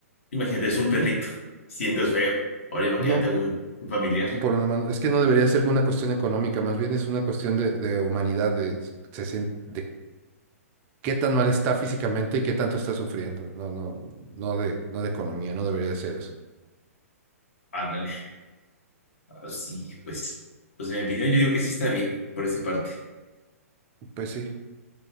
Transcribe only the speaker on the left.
imagínate, es un perrito. Sientes feo. Ahora imagínate
un, un familiar.
Ándale. Ah, Sí, pues, pues en mi opinión yo digo que sí está bien por esa parte.